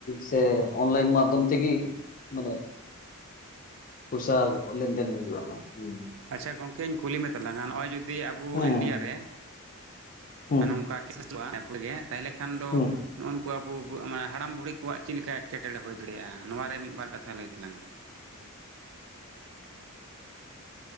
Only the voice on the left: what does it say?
ᱥᱮ ᱚᱱᱞᱟᱭᱤᱱ ᱢᱟᱫᱽᱫᱷᱚᱢ ᱛᱮ ᱢᱟᱱᱮ
ᱯᱩᱥᱟ ᱞᱮᱱᱫᱮᱱᱼᱟ ᱦ ᱦᱩᱸ
ᱦᱮᱸ
ᱦᱮᱸ
ᱦᱮᱸ